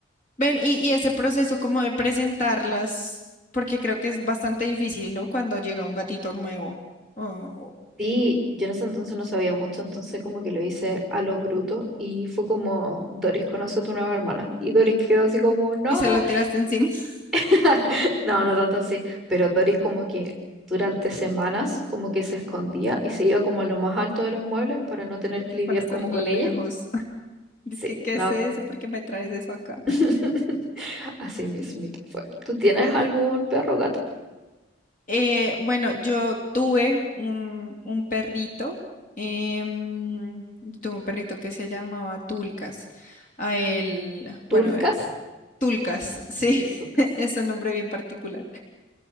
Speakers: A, on the left; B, in the centre.
A: Ven, y, y ese proceso como de presentarlas, porque creo que es bastante difícil, ¿no? Cuando llega un gatito nuevo o- o-
B: Sí, yo en ese entonces no sabía mucho, entonces como que lo hice a lo bruto y fue como, Doris, conoce a tu nueva hermana. Y Doris quedó así como, no,
A: y se lo tiraste encima <laughs>
B: <laughs> no, no tanto así, pero Doris como que durante semanas como que se escondía y se iba como a lo más alto de los muebles para no tener que lidiar
A: para estar
B: como con
A: lejos.
B: ella.
A: <laughs> Dice
B: Sí,
A: que, ¿qué
B: no,
A: es eso? ¿Por qué me traes eso acá?
B: <laughs> Así mismito fue. ¿Tú tienes algún perro o gato?
A: Eh, bueno, yo tuve un, un perrito, em, tuve un perrito que se llamaba Tulcas. A él,
B: ¿Tulcas?
A: bueno, eh, Tulcas, sí,
B: tulcas.
A: <laughs> es un nombre bien particular.